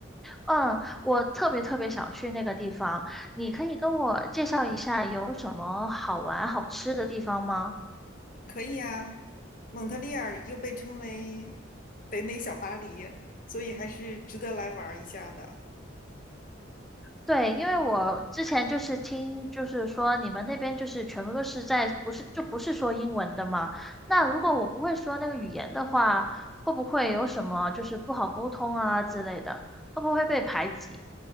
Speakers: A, in the centre; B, on the left.
A: 嗯，我特别特别想去那个地方，你可以跟我介绍一下有什么好玩好吃的地方吗？
B: 可以啊。蒙特利尔又被称为北美小巴黎，所以还是值得来玩儿一下的。
A: 对，因为我之前就是听，就是说你们那边就是全部都是在，不是，就不是说英文的嘛。那如果我不会说那个语言的话，会不会有什么就是不好沟通啊之类的？会不会被排挤？